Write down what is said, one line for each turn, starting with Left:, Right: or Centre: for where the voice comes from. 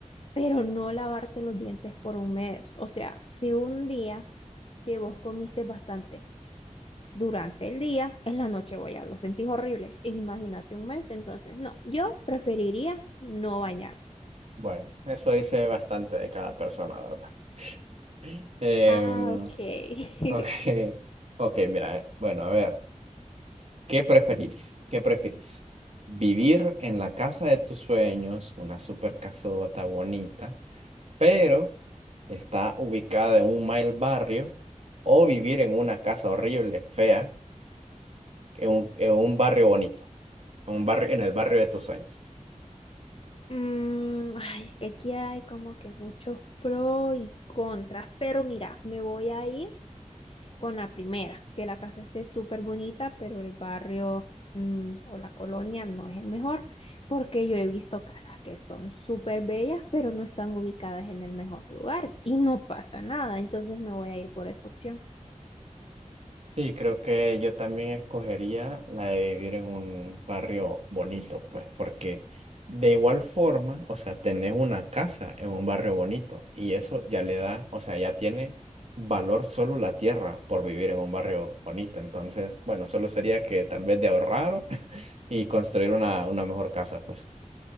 Left: pero no lavarte los dientes por un mes. O sea, si un día que vos comiste bastante durante el día, en la noche voy a lo sentís horrible. Imagínate un mes, entonces no, yo preferiría no bañarme.
Right: Bueno, eso dice bastante de cada persona, ¿verdad? <laughs> Em,
Left: Ah, ok. <laughs>
Right: ok, ok, mira, bueno, a ver. ¿Qué preferirís? ¿Qué preferís? ¿Vivir en la casa de tus sueños, una super casota bonita, pero está ubicada en un mal barrio? ¿O vivir en una casa horrible, fea, en un, en un barrio bonito, en un barrio, en el barrio de tus sueños?
Left: Mm, ay, es que aquí hay como que muchos pros y contras, pero mira, me voy a ir con la primera, que la casa esté súper bonita, pero el barrio mm, o la colonia no es el mejor, porque yo he visto casas que son súper bellas, pero no están ubicadas en el mejor lugar y no pasa nada, entonces me voy a ir por esa opción.
Right: Sí, creo que yo también escogería la de vivir en un barrio bonito, pues porque de igual forma, o sea, tenés una casa en un barrio bonito y eso ya le da, o sea, ya tiene valor solo la tierra por vivir en un barrio bonito. Entonces, bueno, solo sería que tal vez de ahorrar <laughs> y construir una, una mejor casa, pues.